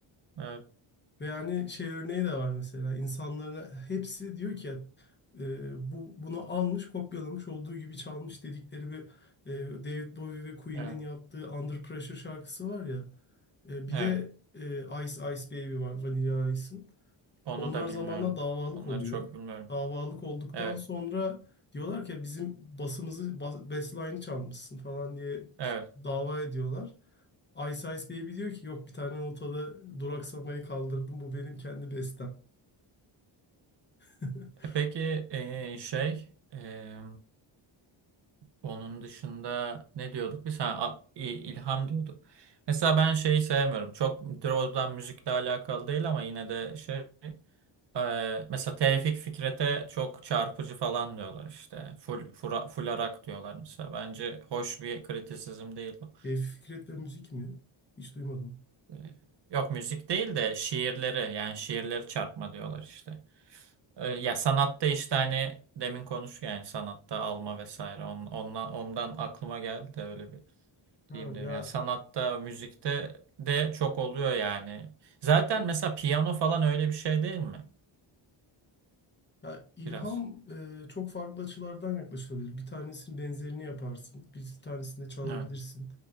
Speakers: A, on the right; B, on the left.
A: Evet.
B: Ve yani şey örneği de var mesela. İnsanların hepsi diyor ki e, bu bunu almış, kopyalamış, olduğu gibi çalmış dedikleri bir e, David Bowie ve Queen'in
A: Evet.
B: yaptığı Under Pressure şarkısı var ya. E, bir
A: Evet.
B: de e, Ice Ice Baby var, Vanilla Ice'ın.
A: Onu
B: Onlar
A: da
B: zamanla
A: bilmiyorum.
B: davalık
A: Onları
B: oluyor.
A: çok bilmiyorum.
B: Davalık olduktan
A: Evet.
B: sonra diyorlar ki bizim basımızı bas, basline'ı çalmışsın falan diye
A: Evet.
B: ş- dava ediyorlar. Ice Ice Baby diyor ki yok bir tane notada duraksamayı kaldırdım bu benim kendi bestem. <laughs>
A: E peki ee, şey ee, Onun dışında ne diyorduk biz? Ha, a- i- ilham diyorduk. Mesela ben şeyi sevmiyorum. Çok doğrudan müzikle alakalı değil ama yine de şey. e, mesela Tevfik Fikret'e çok çarpıcı falan diyorlar işte. Full, fura, full arak diyorlar mesela. Bence hoş bir kritisizm değil bu.
B: E, Fikret ve müzik mi? Hiç duymadım.
A: E, e, yok müzik değil de şiirleri yani şiirleri çarpma diyorlar işte. E, ya sanatta işte hani demin konuştuk yani sanatta alma vesaire. On, ondan, ondan aklıma geldi de öyle bir
B: Ha,
A: diyeyim dedim.
B: ya,
A: Yani sanatta, müzikte de çok oluyor yani. Zaten
B: i-
A: mesela piyano falan öyle bir şey değil mi?
B: ya ilham
A: Biraz.
B: e, çok farklı açılardan yaklaşılabilir. Bir tanesinin benzerini yaparsın, bir tanesini de çalabilirsin
A: Evet.